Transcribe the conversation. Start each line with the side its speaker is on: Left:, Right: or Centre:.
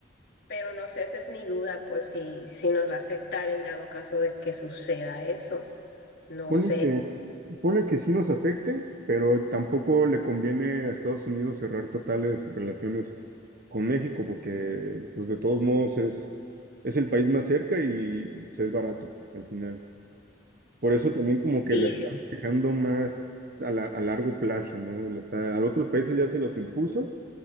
Left: pero no sé, esa es mi duda, pues si, si nos va a afectar en dado caso de que suceda eso, no
Right: Ponle
Left: sé.
Right: que, ponle que sí nos afecte, pero tampoco le conviene a Estados Unidos cerrar totales relaciones con México, porque pues de todos modos es, es el país más cerca y pues, es barato al final. Por eso también como que
Left: Sí,
Right: le están dejando más a, la- a largo plazo, ¿no? Le está- a otros países ya se los impuso,